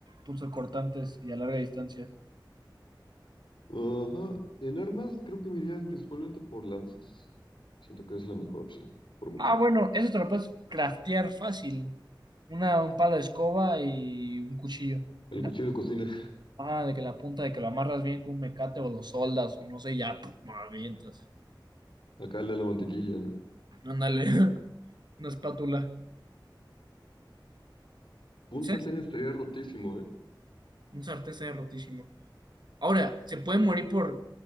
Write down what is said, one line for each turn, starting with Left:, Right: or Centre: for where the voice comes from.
Right: punzocortantes y a larga distancia.
Left: Ajá. En armas creo que me iría principalmente por lanzas. Siento que es la mejor opción, por mucho.
Right: Ah, bueno, eso te lo puedes craftear fácil. Una, un palo de escoba y un cuchillo
Left: El
Right: en
Left: cuchillo
Right: la
Left: de cocina,
Right: Ah, de que la punta, de que lo amarras bien con un mecate o lo soldas, o no sé, ya, puf, lo avientas.
Left: <laughs> acá el de la mantequilla, ¿no?
Right: Ándale, <laughs> una espátula.
Left: Un
Right: ¿Sabes?
Left: sartén estaría rotísimo, ¿eh?
Right: Un sartén está rotísimo. Ahora, se puede morir por